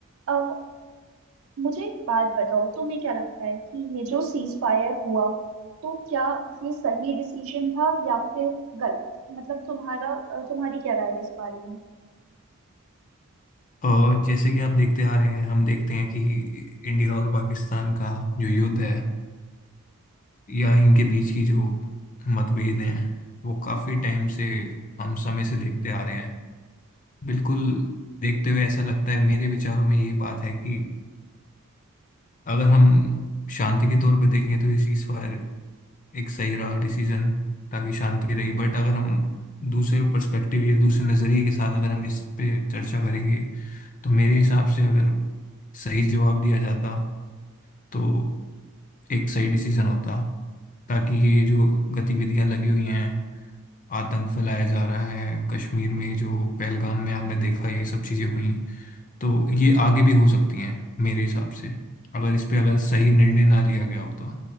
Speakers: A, on the right; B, on the left.
A: अ, मुझे एक बात बताओ तुम्हें क्या लगता है कि ये जो सीज फायर हुआ तो क्या ये सही डिसीजन था या फिर गलत मतलब तुम्हारा अ, तुम्हारी क्या राय है इस बारे में
B: और जैसे कि आप देखते आ रहे हैं हम देखते हैं कि इंडिया और पाकिस्तान का जो युद्ध है या इनके बीच की जो मतभेद हैं वो काफी टाइम से हम समय से देखते आ रहे हैं बिल्कुल देखते हुए ऐसा लगता है मेरे विचारों में ये बात है कि अगर हम शांति के तौर पर देखें तो ये सीज फायर एक सही रहा डिसीजन ताकि शांति रही बट अगर हम दूसरे पर्सपेक्टिव या दूसरे नजरिए के साथ अगर हम इस पे चर्चा करेंगे तो मेरे हिसाब से अगर सही जवाब दिया जाता तो एक सही डिसीजन होता ताकि ये जो गतिविधियां लगी हुई हैं आतंक फैलाया जा रहा है कश्मीर में जो पहलगाम में आपने देखा ये सब चीजें हुई तो ये आगे भी हो सकती हैं मेरे हिसाब से अगर इस पे अगर सही निर्णय ना लिया गया होता